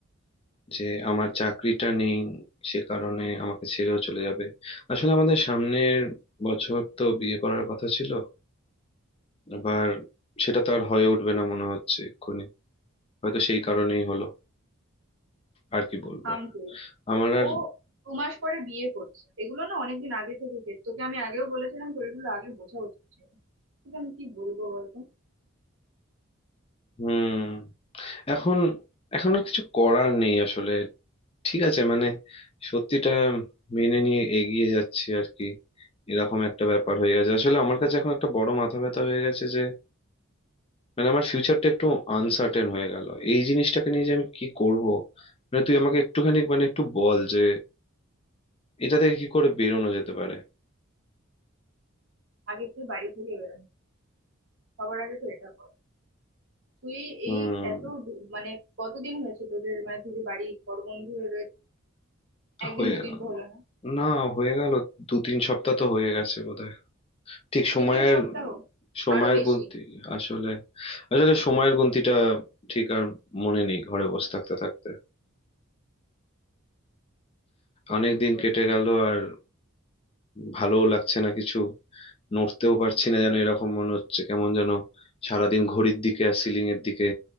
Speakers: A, on the left (about 25°); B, on the right (about 60°).
A: যে আমার চাকরিটা নেই সে কারণে আমাকে ছেড়েও চলে যাবে আসলে আমাদের সামনের বছর তো বিয়ে করার কথা ছিল এবার সেটা তো আর হয়ে উঠবে না মনে হচ্ছে এক্ষুনি হয়তো সেই কারণেই হলো আর কি বলবো
B: থাম তুই
A: আমার আর
B: ও দু মাস পরে বিয়ে করছে এগুলো না অনেকদিন আগে থেকে হচ্ছে। তোকে আমি আগেও বলেছিলাম তোর এগুলো আগে বোঝা উচিত ছিল। তোকে আমি কি বলবো বলতো
A: হুম এখন এখন আর কিছু করার নেই আসলে ঠিক আছে মানে সত্যিটা মেনে নিয়ে এগিয়ে যাচ্ছি আর কি এরকম একটা ব্যাপার হয়ে গেছে আসলে আমার কাছে এখন একটা বড় মাথা ব্যথা হয়ে গেছে যে মানে আমার ফিউচারটা একটু আনসার্টেন হয়ে গেল এই জিনিসটাকে নিয়ে যে আমি কি করব মানে তুই আমাকে একটুখানি মানে একটু বল যে এটা থেকে কি করে বেরোনো যেতে পারে
B: আগে তুই বাড়ি থেকে বেরোনো সবার আগে তো এটা কর তুই
A: হুম
B: এই এত দু- মানে কতদিন হয়েছে তোদের মানে তুই যে বাড়ি পর বন্ধু হয়ে রয়ে- একদিন
A: হয়ে
B: দুদিন
A: গেল
B: তো হলো না
A: না হয়ে গেল দু তিন সপ্তাহ তো হয়ে গেছে বোধহয় ঠিক সময়ের
B: দু তিন সপ্তাহ
A: সময়ের
B: আরো বেশি
A: গুনতি আসলে আসলে সময়ের গুনতিটা ঠিক আর মনে নেই ঘরে বসে থাকতে থাকতে
B: তোকে
A: অনেক
B: কি
A: দিন
B: বলবো
A: কেটে গেল আর ভালোও লাগছে না কিছু নড়তেও পারছি না যেন এরকম মনে হচ্ছে কেমন যেন সারাদিন ঘড়ির দিকে আর সিলিং এর দিকে